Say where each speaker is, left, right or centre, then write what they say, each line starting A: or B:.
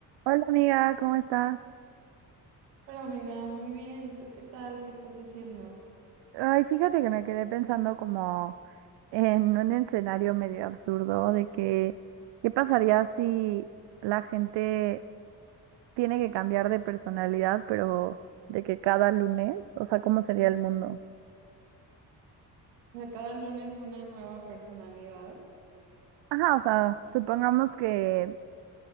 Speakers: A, on the right (about 60°); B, on the right (about 85°).
A: Hola amiga, ¿cómo estás?
B: Hola amiga, muy bien. ¿Y tú qué tal? ¿Qué estás haciendo?
A: Ay, fíjate que me quedé pensando como en un escenario medio absurdo de que, ¿qué pasaría si la gente tiene que cambiar de personalidad, pero de que cada lunes, o sea, ¿cómo sería el mundo?
B: O sea, cada lunes una nueva personalidad.
A: Ajá, o sea, supongamos que